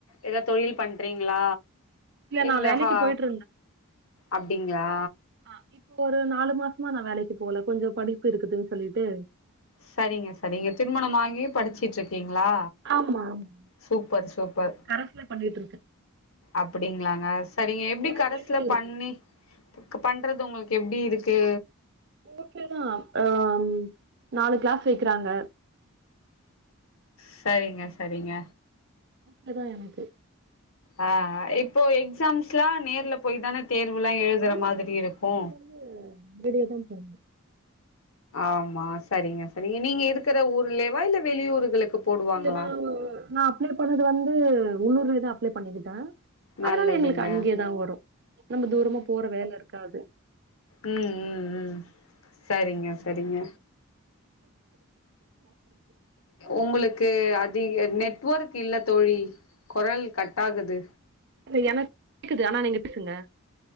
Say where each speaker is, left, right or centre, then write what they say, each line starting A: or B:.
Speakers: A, on the left; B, on the right.
A: எதா தொழில் பண்றீங்ளா இல்ல
B: நா வேலைக்கு
A: ஹா
B: போயிட்டு
A: அப்டிங்ளா
B: ஆ இப்போ ஒரு நாலு மாசமா நா வேலைக்கு போல கொஞ்சோ படிப்பு இருக்குதுன் சொல்லிட்டு
A: சரிங்க சரிங்க திருமணமாகியு படிச்சுட்டுருக்கிங்ளா
B: ஆமா ஆமா
A: சூப்பர் சூப்பர்
B: கரஸ்ல பண்ணிட்டு இருக்கே
A: அப்டிங்கிளாங்க சரிங்க எப்டி
B: வேல
A: கரஸ்ல
B: தேடிட்டே இருக்கே
A: பண்ணி பண்றது உங்ளுக்கு எப்டி இருக்கு
B: வுட்ல தா அஹ் நாலு கிளாஸ் வைக்கிறாங்க
A: சரிங்க சரிங்க
B: ப்ப தா எனக்கு
A: ஆஹ் அ இப்போ எக்ஸாம்ஸ்ல்லா நேர்ல போய் தானே தேர்வுல்லா எழுதுற
B: ஆமா
A: மாதிரி இருக்கு
B: அது வந்து நேரடியா தா போனு
A: ஆமா சரிங்க சரிங்க நீங்க இருக்கிற ஊர்லேவா இல்ல வெளியூர்களுக்கு போடுவாங்களா
B: இது நா நா அப்ளை பண்ணது வந்து உள்ளூர்லேதா அப்ளை பண்ணிக்கிட்டே
A: நல்லதுங்க
B: அதனால எங்களுக்கு அங்கேயா தா வரும் நம்ம தூரமா போற வேல இருக்காது
A: உம் உம் உம் சரிங்க சரிங்க உங்களுக்கு அதிக நெட்வொர்க் இல்ல தோழி குரல் கட்டாகுது
B: ல்ல எனக்கு க்குது ஆனா நீங்க பேசுங்க